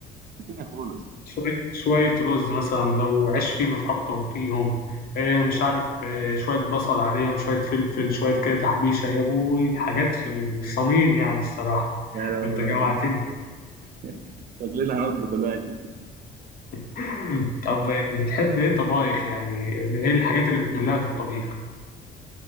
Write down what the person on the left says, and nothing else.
شويه شويه رز مثلا لو عيش فينو حطهم فيهم آه مش عارف آه شويه بصل عليهم شويه فلفل شويه كده تحبيشه يا ابوي حاجات في الصميم يعني الصراحه <laughs>
انت جوعتني
<laughs> طب بتحب ايه طبايخ يعني ايه الحاجات اللي بتملها في الطبيخ